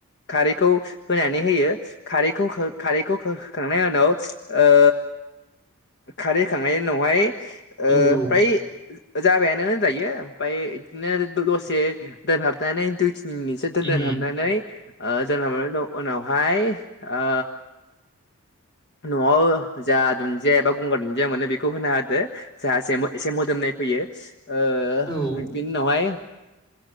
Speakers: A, on the left; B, on the left.
A: खारैखौ होनानै होयो खारैखौ खारैखौ होखांनायनि उनाव ओ खारै होखांनायनि उनावहाय ओ
B: औ औ
A: फ्राय जाबायानो होनजायो ओमफाय बिदिनो दसे दोनहाबनानै दुइ तिन मिनितसो
B: उम
A: दोनहाबनानै ओ <unintelligible> उनावहाय ओ न'आव जा दुन्दिया एबा गंगार दुन्दिया मोनो बेखौ होना होदो जा एसे एसे मोदोमनाय फैयो ओ
B: उम
A: बिनि उनावहाय ओ